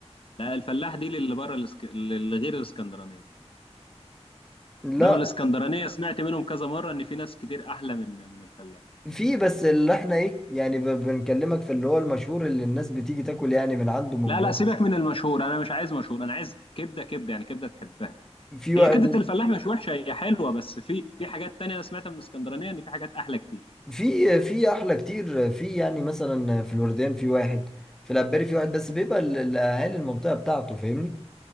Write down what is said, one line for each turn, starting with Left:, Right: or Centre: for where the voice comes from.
Left: لا الفلاح دي اللي بره الاسك... اللي غير الاسكندرانيه
Centre: لا
Left: انما الاسكندرانيه سمعت منهم كذا مره ان في ناس كتير احلى من من الفلاح
Centre: في بس اللي احنا ايه يعني ب- بنكلمك في اللي هو المشهور اللي الناس بتيجي تاكل يعني من عنده من
Left: لا
Centre: بره
Left: لا سيبك من المشهور انا مش عايز مشهور انا عايز كبده كبده يعني كبده تحبها
Centre: في واحد
Left: هي كبده الفلاح مش وحشه هي حلوه بس في في حاجات تانية انا سمعتها من اسكندرانيه ان في حاجات احلى كتير
Centre: في في احلى كتير في يعني مثلا في الوردان في واحد في العباري في واحد بس بيبقى ال- الاهالي المنطقة بتاعته فاهمني